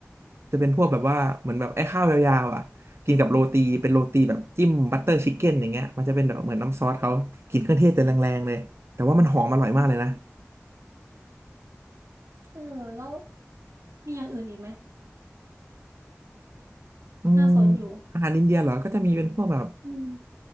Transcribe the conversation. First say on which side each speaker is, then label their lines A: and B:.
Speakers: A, on the right; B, on the right.
A: จะเป็นพวกแบบว่าเหมือนแบบไอ้ข้าวยาวๆอ่ะกินกับโรตีเป็นโรตีแบบจิ้มบัตเตอร์ชิคเก้นอย่างเงี้ยมันจะเป็นแบบเหมือนน้ำซอสเขากินเครื่องเทศแต่แรงๆเลยแต่ว่ามันหอมอร่อยมากเลยนะ
B: อืมเออแล้วมีอย่างอื่นอีกไหม
A: อืม
B: น่าสนอยู่
A: อาหารอินเดียเหรอก็จะมีเป็นพวกแบบ
B: อืม